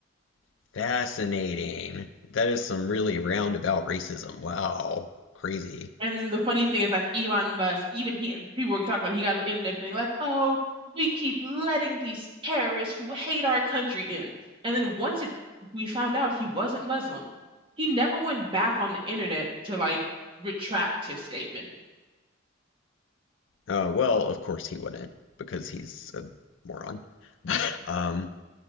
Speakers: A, on the left (about 65°); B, on the right (about 25°).
A: <laughs> Fascinating. That is some really roundabout racism. Wow, crazy.
B: And then the funny thing is, like Elon Musk, even he, people were talking about, he got ended up being like, "Oh, we keep letting these terrorists who hate our country in." And then once it, we found out he wasn't Muslim, he never went back on the internet to like retract his statement.
A: Uh, well, of course he wouldn't because he's a moron. Um,